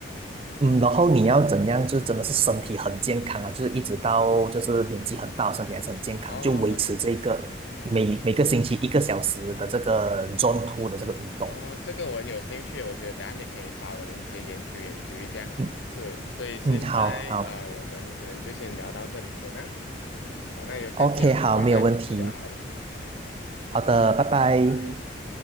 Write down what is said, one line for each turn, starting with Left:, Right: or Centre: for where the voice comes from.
Right: 嗯，然后你要怎样，就是真的是身体很健康啊，就是一直到就是年纪很大，身体还是很健康，
Left: 哦
Right: 就维持这个每每个星期一个小时的这个 Zone Two 的这个运动，
Left: 哦，这个我很有兴趣，我觉得等下你可以发我链接研究研究一下。
Right: 嗯
Left: 是，所以现在呃，
Right: 嗯，好好
Left: 我们可能就先聊到这里先啦。好，那有下次有机会再继续聊好了。
Right: ，OK，好，没有问题，好的，拜拜。
Left: 好，拜拜。